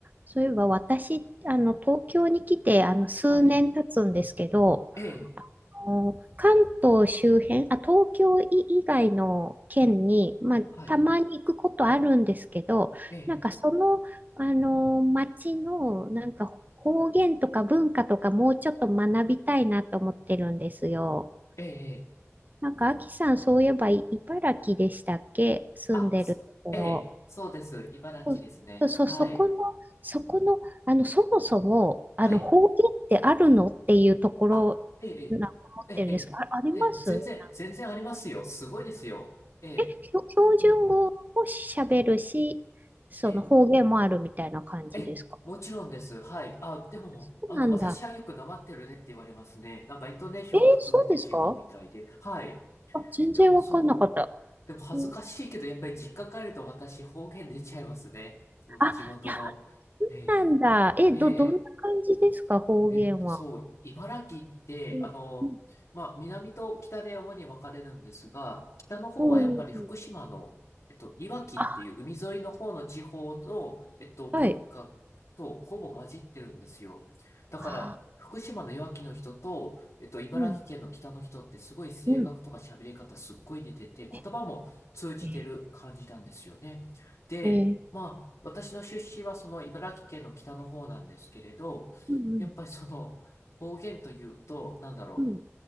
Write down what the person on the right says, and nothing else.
そういえば私、あの、東京に来て、あの、数年経つんですけど、
あの関東周辺、あ、東京以以外の県に、まあ、
たまに行くことあるんですけど、
なんかその、あの、町の、なんか方言とか文化とかもうちょっと学びたいなと思ってるんですよ。
なんか、あさん、そういえばい茨城でしたっけ住んでるところ。
そうそうそうそこの、
そこの、あの、そもそも、
あの、方言ってあるのっていうところなんか思ってるんですけど、
あ、あります
え、ひょ標準語を喋るし、
その方言もあるみたいな感じですか
そうなんだ。
えーそうですか
あ、全然わかんなかった。
うん
あ、
いや、そうなんだ。
え、
ど、どんな感じですか方言は。
うん、
うん、
うん。うん
あ
あ、はい。
ああ、
うん、うん。
ええー、
えー
うんうん、
うん、